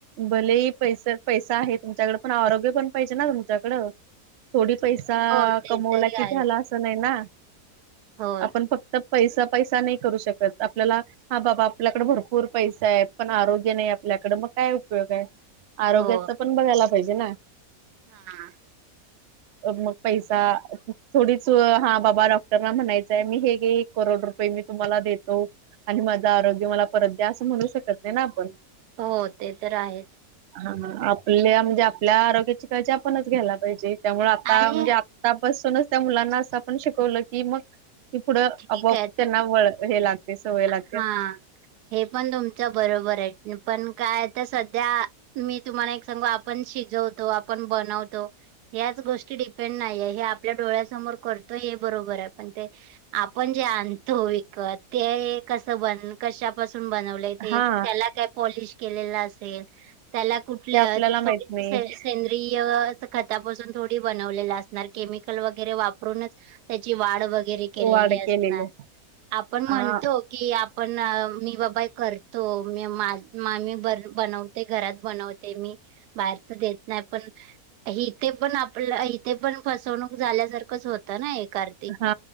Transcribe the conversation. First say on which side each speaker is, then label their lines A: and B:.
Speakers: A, on the right; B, on the right.
A: भले पैसे पैसा आहे तुमच्याकड, पण आरोग्य पण पाहिजे ना तुमच्याकड. थोडी पैसा
B: हो ते
A: कमवला
B: तरी
A: की
B: आहेत
A: झाला असं नाही ना.
B: हो
A: आपण फक्त तर पैसा पैसा नाही करू शकत. आपल्याला हा बाबा आपल्याकडे भरपूर पैसा आहे, पण आरोग्य नाही आपल्याकडे मग काय उपयोग आहे. आरोग्याच
B: हो
A: पण बघायला पाहिजे ना.
B: हा.
A: <inaudible> मग पैसा थोडीच हा बाबा डॉक्टरला म्हणायचंय, मी हे गे एक करोड रुपये मी तुम्हाला देतो आणि माझं आरोग्य मला परत द्या, असं म्हणू शकत नाही ना आपण.
B: हो ते तर आहेच.
A: हा आपल्या म्हणजे आपल्या आरोग्याची काळजी आपणच घ्यायला पाहिजे त्यामुळे आता
B: आणि
A: म्हणजे आप त्यापासूनच त्या मुलांना असं पण शिकवलं की मग पुढं
B: ठीक
A: आपोआप
B: आहेत
A: त्यांना वळ हे लाग ते सवय लाग
B: हा हे पण तुमच बरोबर आहे. पण काय आता सध्या मी तुम्हाला एक सांगू, आपण शिजवतो. आपण बनवतो ह्याच गोष्टी डिपेंड नाहीये हे आपल्या डोळ्यासमोर करतोय हे बरोबर आहे पण ते आपण जे आणतो विकत ते कसं पण कशापासून बनवले ते
A: हा
B: त्याला काय पॉलिश केलेल्या असेल त्याला कुठलं
A: ते आपल्याला माहित नाही
B: से सेन खतापासून थोडी बनवले असणार केमिकल वगैरे वापरूनच त्याची वाढ वगैरे केलेली
A: वाढ
B: असणार
A: केलेले
B: आपण
A: हा
B: म्हणतो की आपण मी बाबा करतो मी मा मी बर बनवते घरात बनवते. ते मी बाहेरच देत नाही पण. इथे पण आपलं इथे पण फसवणूक झाल्यासारखंच होतं ना हे कार
A: हा